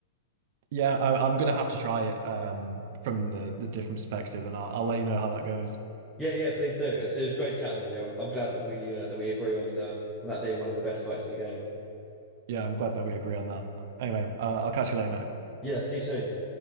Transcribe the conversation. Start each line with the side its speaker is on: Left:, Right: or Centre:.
Right: Yeah, I, I'm gonna have to try it um from the the different perspective, and I'll, I'll let you know how that goes.
Centre: Yeah, yeah, please do. It was, it was great chatting with you. I'm, I'm glad that we uh, that we agree on uh, on that being one of the best fights of the game.
Right: Yeah, I'm glad that we agree on that. Anyway, uh, I'll catch you later, mate.
Centre: Yeah, see you soon.